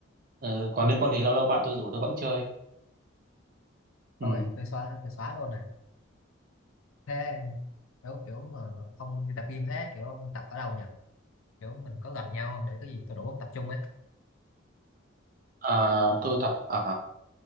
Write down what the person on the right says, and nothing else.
ừ, còn liên quân thì lâu lâu bạn tôi rủ tôi vẫn chơi
ừ.
à tôi tập ở